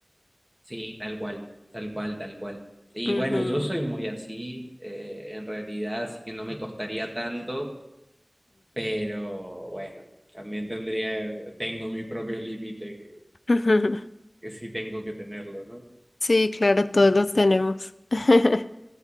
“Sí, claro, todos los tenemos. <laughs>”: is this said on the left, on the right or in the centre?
Left